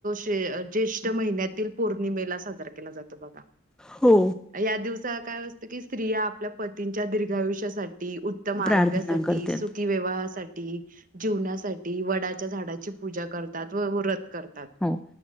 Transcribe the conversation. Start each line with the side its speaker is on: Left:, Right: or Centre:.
Right: ज्येष्ठ महिन्यातील पौर्णिमेला साजरा केला जातो. बघा
Centre: हो
Right: या दिवसाला काय असतं, कि स्त्रिया आपल्या पतींच्या दीर्घायुष्यासाठी उत्तम
Centre: प्रार्थना
Right: आरोग्यासाठी,
Centre: करते
Right: सुखीविवाहासाठी, जीवनासाठी, वडा च्या झाडाची पूजा करतात व व व्रत करतात.
Centre: हो